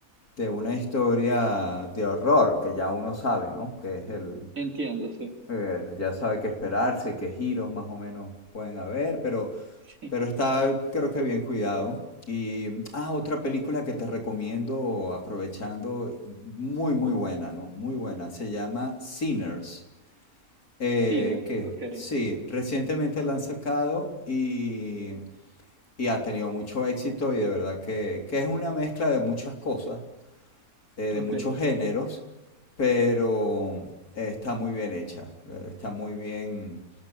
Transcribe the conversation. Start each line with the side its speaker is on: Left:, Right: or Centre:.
Left: de una historia de horror, que ya uno sabe, ¿no? Que es el,
Right: entiendo, sí.
Left: eh, ya sabe qué esperarse, qué giros más o menos pueden haber, pero,
Right: <laughs> Sí,
Left: pero está creo que bien cuidado. Y, ah, otra película que te recomiendo aprovechando, muy, muy buena, ¿no? Muy buena, se llama Sinners, eh,
Right: Sinners,
Left: que
Right: ok,
Left: sí, recientemente la han sacado y, y ha tenido mucho éxito y de verdad que, que es una mezcla de muchas cosas eh, de
Right: ok.
Left: muchos géneros, pero eh, está muy bien hecha, eh, está muy bien